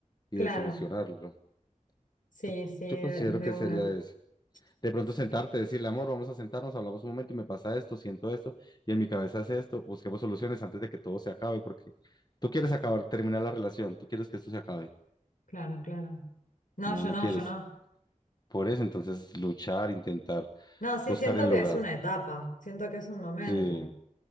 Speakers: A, on the left; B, on the left.
A: y
B: claro.
A: de solucionarlo.
B: Sí,
A: Yo,
B: sí, de,
A: yo considero
B: de
A: que
B: uno.
A: sería eso. De pronto
B: Sí,
A: sentarte, decirle, amor, vamos a sentarnos, hablamos un momento y me pasa esto, siento esto, y en mi cabeza es esto, busquemos soluciones antes de que todo se acabe, porque tú quieres acabar, terminar la relación, tú quieres que esto se acabe,
B: Claro, claro. No,
A: no,
B: yo
A: no
B: no,
A: quieres.
B: yo no.
A: Por eso, entonces, luchar, intentar
B: No, sí,
A: buscar
B: siento
A: el
B: que
A: lugar.
B: es una etapa, siento que es un momento.
A: Sí,